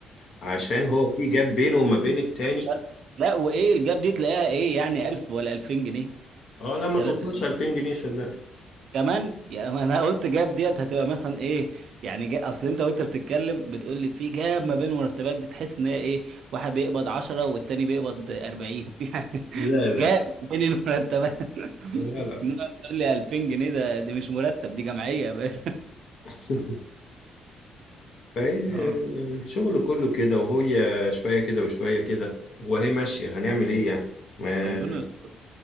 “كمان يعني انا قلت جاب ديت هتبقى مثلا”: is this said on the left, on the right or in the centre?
Right